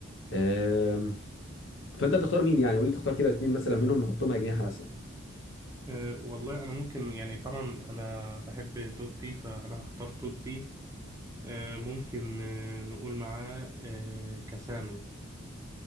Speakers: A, on the left (about 60°); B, on the right (about 15°).
A: آم، فانت تختار مين يعني قول لي تختار كده اتنين مثلا منهم نحطهم اجنحة مثلا
B: أه والله انا ممكن يعني طبعا انا بحب توتي فانا هختار توتي أه ممكن أه نقول معاه أه كاسانو